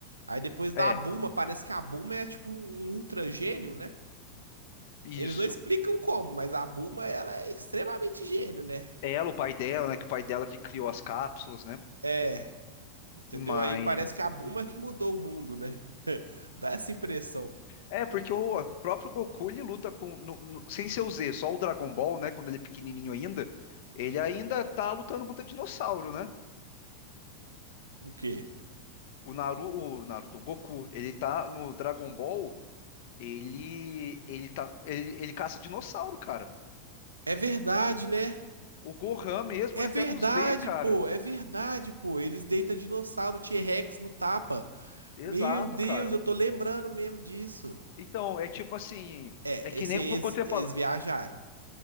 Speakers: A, on the right (about 80°); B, on the left (about 50°).
A: Aí depois da
B: É,
A: Bulma, parece que a Bulma é tipo um um ultra gênio, né?
B: isso.
A: Eles não explicam como, mas a Bulma, ela é extremamente gênio, né?
B: Ela, o pai dela, né, que o pai dela que criou as cápsulas, né?
A: É, entendeu?
B: Mas
A: Aí parece que a Bulma
B: Uhum.
A: que mudou o mundo, né? <laughs> Dá essa impressão.
B: É, porque o próprio Goku ele luta com no- no- sem ser o Z, só o Dragon Ball, né, quando ele é pequenininho ainda, ele ainda tá lutando contra dinossauro, né?
A: O quê?
B: O Naru, o Naruto, o Goku, ele tá no Dragon Ball, ele ele tá ele, ele caça dinossauro, cara.
A: É verdade, né?
B: O Gohan mesmo
A: É
B: é até
A: verdade,
B: no Z, cara.
A: pô. É verdade, pô. Eles deitam dinossauro T-Rex no tapa.
B: Exato,
A: Meu Deus,
B: cara.
A: eu tô lembrando mesmo disso.
B: Então, é tipo assim,
A: É,
B: é que
A: esse
B: nem
A: aí eles,
B: quando você
A: eles
B: fala,
A: viajaram.